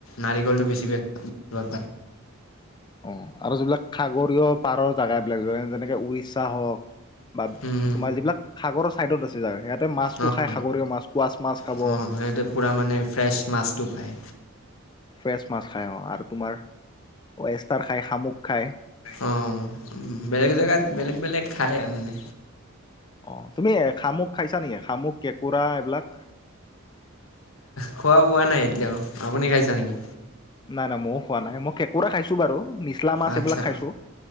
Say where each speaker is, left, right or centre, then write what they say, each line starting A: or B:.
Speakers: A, on the left; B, on the left.
A: নাৰিকলটো বেছিভাগ
B: অ আৰু যিবিলাক সাগৰীয় পাৰৰ জোগা বিলাক যেনেকে উৰিষ্যা হওক বা
A: উম, উম,
B: তোমাৰ যিবিলাক সাগৰৰ চাইডত আছে জাগা সয়াতে মাছটো
A: অঁ
B: খাই সাগৰীয় মাছ কোৱাচ মাছ খাব
A: অঁ সিহঁতে পূৰা মানে ফ্ৰেছ মাছটো পায়
B: ফ্ৰেছ মাছ খাই অ আৰু তোমাৰ ৱেষ্টাৰ খাই শামুক খায়
A: অ বেলেগ জেগাত বেলেগ
B: অ
A: বেলেগ খাই আৰু মানে
B: অ তুমি শামুক খাইছা নেকি শামুক কেঁকোৰা এইবিলাক
A: খোৱা বোৱা নাই এতিয়াও আপুনি খাইছা নেকি
B: নাই নাই ময়ো খোৱা নাই মই কেঁকোৰা খাইছো বাৰু নিচলা মাছ
A: আচ্ছা
B: এইবিলাক খাইছো